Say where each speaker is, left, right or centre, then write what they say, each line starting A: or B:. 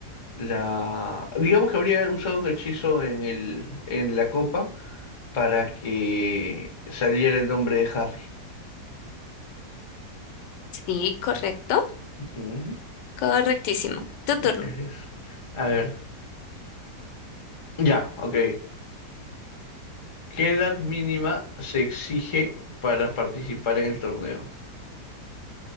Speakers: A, on the left; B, on the left.
A: la... Digamos que habría usado un hechizo en el, en la copa para que saliera el nombre de Harry.
B: sí, correcto.
A: Ujú,
B: Correctísimo. Tu turno.
A: claro es. A ver, ya, ok. ¿Qué edad mínima se exige para participar en el torneo?